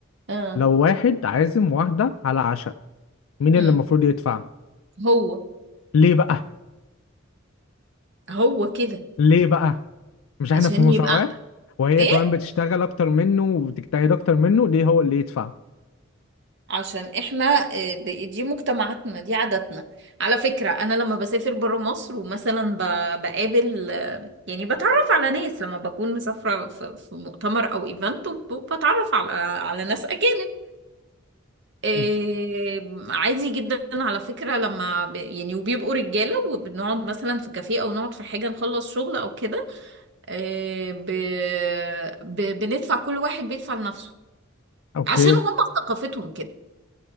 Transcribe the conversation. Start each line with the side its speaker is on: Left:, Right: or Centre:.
Right: اه
Left: لو واحد عازم واحدة على عشاء مين اللي
Right: امم
Left: المفروض يدفع
Right: هو
Left: ليه بقى
Right: هو كده
Left: ليه بقى مش احنا
Right: عشان
Left: في مساواة
Right: يبقى
Left: وهي
Right: ايه
Left: كمان بتشتغل اكتر منه وبتجتهد اكتر منه ليه هو اللي يدفع
Right: عشان احنا آه، دي دي مجتمعاتنا دي عاداتنا على فكرة انا لما بسافر برا مصر ومثلا ب- بقابل آه، يعني بتعرف على ناس لما بكون مسافرة في في مؤتمر او ايفنت وب- بتعرف على على ناس اجانب آه،
Left: مم.
Right: عادي جدا على فكرة لما ب- يعني وبيبقوا رجالة وبنقعد مثلا في كافيه او نقعد في حاجة نخلص شغل او كده آه، ب- ب- بندفع كل واحد بيدفع لنفسه
Left: اوكي
Right: عشان هم ثقافتهم كده